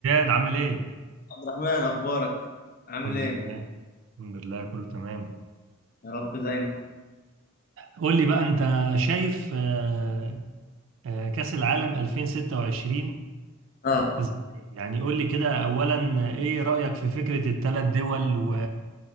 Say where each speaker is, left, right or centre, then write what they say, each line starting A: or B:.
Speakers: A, on the right; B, on the left.
A: زياد عامل ايه؟
B: عبد الرحمن اخبارك عامل
A: الحمد
B: ايه
A: لله الحمد لله كله تمام
B: يا رب دايما
A: قول لي بقى انت شايف آه، آه، كأس العالم 2026
B: اه
A: ازاي؟ يعني قول لي كده اولا ايه رأيك في فكرة الثلاث دول و...